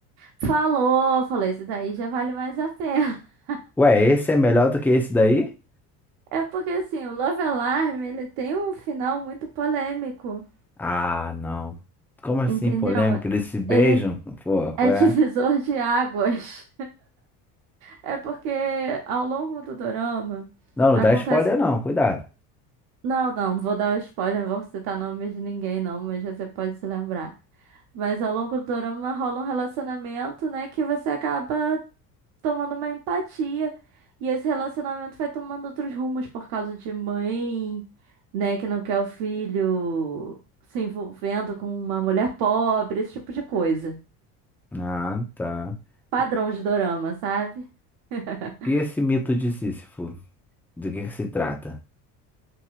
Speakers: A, on the right; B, in the centre.
A: Falou, falei, isso daí já vale mais a pena. <laughs>
B: Ué, esse é melhor do que esse daí?
A: É porque assim, o Love Alarm, ele tem um final muito polêmico,
B: Ah, não. Como assim,
A: entendeu?
B: polêmica? Eles se beijam?
A: Ele
B: Pô, qual
A: é <laughs> divisor
B: é?
A: de águas. É porque ao longo do dorama
B: Não, não
A: acontece.
B: dá spoiler não, cuidado.
A: Não, não, não vou dar spoiler, não vou citar nome de ninguém, não, mas você pode se lembrar. Mas ao longo do dorama rola um relacionamento, né, que você acaba tomando uma empatia. E esse relacionamento vai tomando outros rumos por causa de mãe, né, que não quer o filho se envolvendo com uma mulher pobre, esse tipo de coisa.
B: Ah, tá.
A: Padrão
B: E
A: de dorama, sabe? <laughs>
B: e esse mito de Sísifo? Do que que se trata?